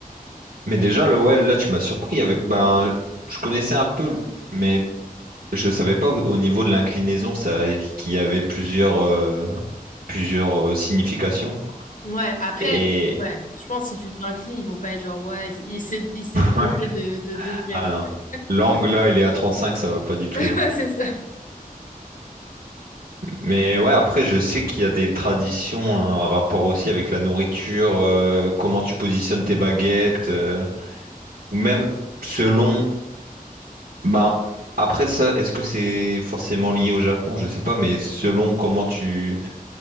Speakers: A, on the right; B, on the left.
A: mais déjà le ouais là tu m'as surpris avec ben je connaissais un peu mais Je savais pas au au niveau de l'inclinaison ça qu'il y avait plusieurs euh, plusieurs euh, significations.
B: Ouais, après,
A: Et
B: ouais, je pense que si tu t'inclines, ils vont pas être genre, ouais, il il s'est il s'est gouré
A: Ouais.
B: de, de degrés.
A: ah
B: Mais
A: non.
B: ouais,
A: L'angle là, il est à 35, ça va pas du tout
B: <laughs> Ouais,
A: là.
B: c'est ça.
A: Mais ouais, après je sais qu'il y a des traditions, hein, un rapport aussi avec la nourriture, euh, comment tu positionnes tes baguettes, euh, ou même selon bah après ça, est-ce que c'est forcément lié au Japon? Je sais pas, mais selon comment tu